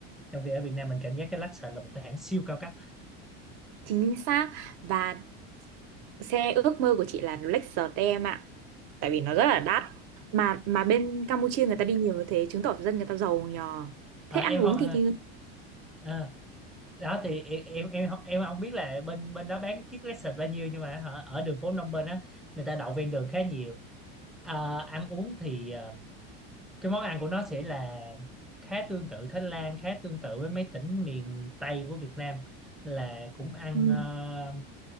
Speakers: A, in the centre; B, on the right (about 55°).
A: trong khi ở Việt Nam mình cảm giác cái Lexus là một cái hãng siêu cao cấp
B: chính xác và xe ước mơ của chị là Lexus em ạ tại vì nó rất là đắt mà mà bên Campuchia người ta đi nhiều như thế chứng tỏ dân người ta giàu nhờ
A: à,
B: thế ăn
A: em
B: uống
A: không
B: thì thì
A: à, đó thì em em em không- em không biết là bên bên đó bán chiếc Lexus bao nhiêu nhưng mà hả, ở đường phố Phnom Penh á người ta đậu ven đường khá nhiều Ờ, ăn uống thì ờ, cái món ăn của nó sẽ là khá tương tự Thái Lan khá tương tự với mấy tỉnh miền Tây của Việt Nam là cũng ăn
B: ừ.
A: ờ,